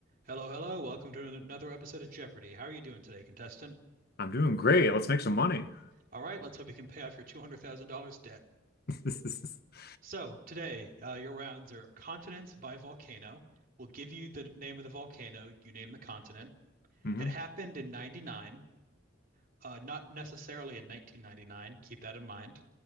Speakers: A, on the right; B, on the left.
A: Hello, hello. Welcome to another episode of Jeopardy. How are you doing today, contestant?
B: I'm doing great. Let's make some money.
A: All right, let's hope you can pay off your $200,000 debt.
B: <laughs>
A: So, today, uh, your rounds are Continents by Volcano. We'll give you the name of the volcano, you name the continent.
B: hmm
A: It happened in 99, uh, not necessarily in 1999, keep that in mind.